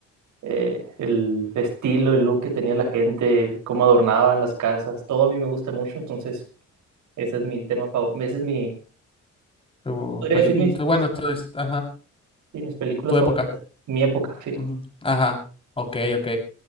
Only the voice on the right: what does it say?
eh, el estilo, el look que tenía la gente, el cómo adornaban las casas, todo a mí me gusta mucho, entonces ese es mi tema favorito, ese es mi,
podría
decir mis,
mis,
sí, mis películas
favoritas, mi época, sí,